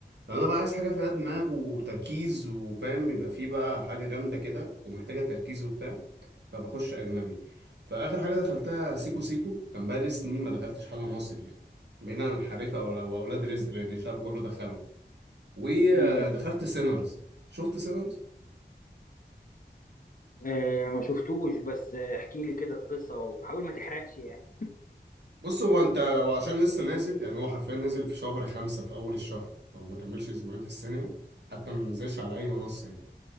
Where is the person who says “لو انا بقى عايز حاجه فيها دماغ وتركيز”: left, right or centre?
Right